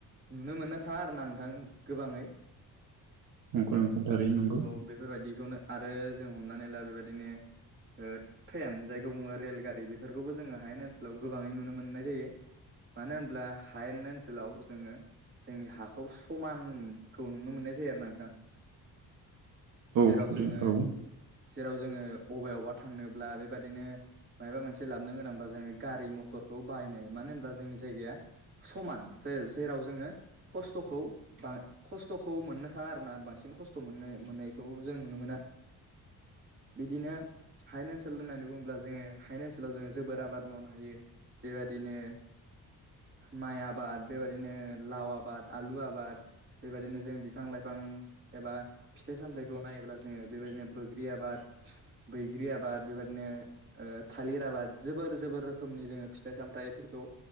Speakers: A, on the right; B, on the right.
A: नुनो मोननो थाङा आरो ना नोंथां गोबाङै
B: नंगौ नोंथां थारैनो नंगौ
A: औ बेफोरबादिखौनो आरो जों हमनानै ला बेबादिनो ओ ट्रेन जायखौ बुङो रेलगारि बेफोरखौबो जोङो हायेन ओनसोलाव गोबाङै नुनो मोननाय जायो। मानो होनब्ला हायेन ओनसोलाव जोङो जोंनि हाखौ समानखौ नुनो मोननाय जायो आरोना नोंथां।
B: <inaudible>
A: जेराव
B: थारैनो
A: जोङो
B: औ
A: जेराव जोङो अबेयावबा थांनोब्ला बेबादिनो मायाबा मोनसे लाबनो गोनांब्ला जोङो गारि मथरखौ बाहायनाय मानो होनब्ला जोंनि जायगाया समान जे-जेराव जोङो खस्थ'खौ बा खस्थ'खौ मोननो थाङा आरोना बांसिन खस्थ' मोननो मोननायखौ जों नुनो मोना। बिदिनो हायेन ओनसोल होननानै बुङोब्ला जोङो हायेन ओनसोलाव जोङो जोबोर आबाद मावनो हायो। बेबादिनो माइ आबाद बेबायदिनो लाव आबाद आलु आबाद बेबादिनो जों बिफां लाइफां एबा फिथाइ सामथाइखौ नायोब्ला जोङो बेबादिनो बोग्रि आबाद बैग्रि आबाद बेबादिनो ओ थालिर आबाद जोबोर जोबोर रोखोमनि जोङो फिथाइ सामथाइफोरखौ